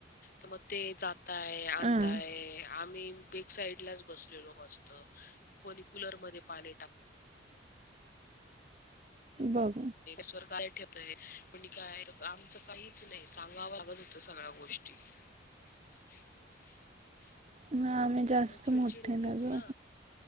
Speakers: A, on the left; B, on the right.
A: तर मग ते जात आणताय आणताय
B: हां
A: आम्ही बेक साईड लाच बसलेलो मस्त. कोणी कुलर मध्ये पाणी टाक
B: बघ
A: स्वर गाय ठेवतय कुणी काय तं आमचं काहीच नाही सांगावं लागत होतं सगळ्या गोष्टी <unintelligible>
B: मग आम्ही जास्त
A: मग चिडचिड
B: मोठे
A: होतेच
B: गं.
A: ना